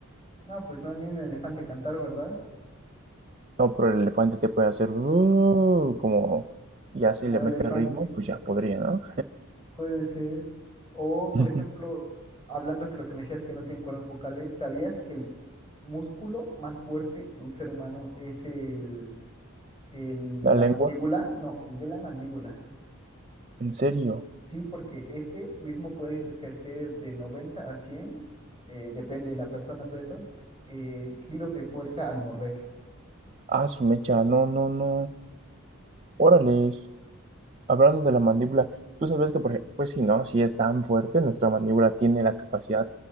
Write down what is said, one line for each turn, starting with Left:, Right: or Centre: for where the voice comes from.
Left: No, pues no, ni un elefante cantar, ¿verdad?
Right: No, pero el elefante te puede hacer "Uh", como, y así
Left: Como
Right: le mete
Left: elefante,
Right: ritmo, pues ya podría, ¿no?
Left: puede ser. O, por
Right: <laughs>
Left: ejemplo, hablando que lo que me decías que no tienen cuerdas vocales, ¿sabías que el músculo más fuerte de un ser humano es el, el de
Right: La
Left: la
Right: lengua,
Left: mandíbula? No, el de la mandíbula.
Right: en serio.
Left: Sí, porque este mismo puede ejercer de 90 a 100, eh, depende de la persona, todo eso, eh, kilos de fuerza al morder.
Right: Ah, su mecha, no, no, no. Órales. Hablando de la mandíbula, ¿tú sabías que, por ej- pues si no, si es tan fuerte, nuestra mandíbula tiene la capacidad,